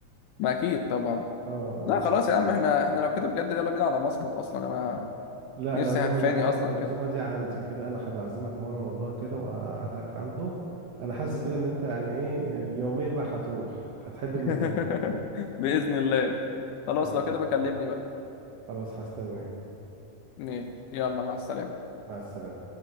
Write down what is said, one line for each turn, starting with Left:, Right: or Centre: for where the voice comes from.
Left: ما اكيد طبعا
Right: اه آه.
Left: لا خلاص يا عم احنا احنا لو كده بجد يلا بينا على مصمت اصلا انا
Right: لا
Left: نفسي
Right: العزومة
Left: هفاني
Right: دي عن
Left: اصلا
Right: العزومة
Left: كده
Right: دي عندي كده أنا هبعزمك مرة والله كده وأقعدك عنده أنا حاسس
Left: مم.
Right: كده إن أنت يعني إيه يومين بقى هتروح هتحب
Left: <laughs>
Right: المكان
Left: باذن الله خلاص
Right: تمام
Left: لو كده بكلمني بقى
Right: خلاص هستناك
Left: ماشي يلا مع السلامه
Right: مع السلامة